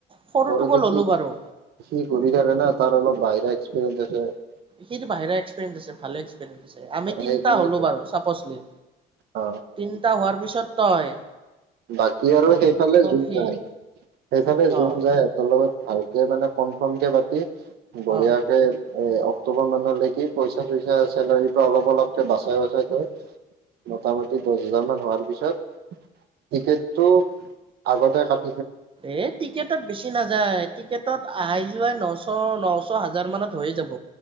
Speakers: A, on the right (about 30°); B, on the right (about 70°).
A: সৰুটোকো
B: সৰুতে
A: ল'লো
B: সি-
A: বাৰু।
B: সি ঘূৰি থাকে না, তাৰ অলপ বাহিৰা এক্স <unintelligible>
A: সিতো বাহিৰা এক্সপিৰিয়েঞ্চ আছে। ভালে এক্সপিৰিয়েঞ্চ আছে। আমি তিনিটা
B: সেইকাৰণে
A: হলোঁ বাৰু, ছাপছলি।
B: অ
A: তিনিটা হোৱাৰ পিছত তই
B: বাকী আৰু সেইফালে জোন
A: সি
B: যায়, সেইফালে জোন
A: অ'
B: যায়, সিহঁতৰ লগত ভালকে মানে ক'নফোৰ্ম কে পাতি বঢ়িয়াকে
A: অ'
B: এ অক্টোবৰ মানলৈকে পইচা-ছইছা চেলাৰীৰ পৰা অলপ-অলপকে বাচাই বাচাই থৈ, মোটামুটি দহ হাজাৰমান হোৱাৰ পিছত টিকেটটো আগতে কাট
A: এ টিকেটত বেছি নাযায়। টিকেটত অহাই-যোৱাই নশ- নশ, হাজাৰ মানত হৈয়ে যাব।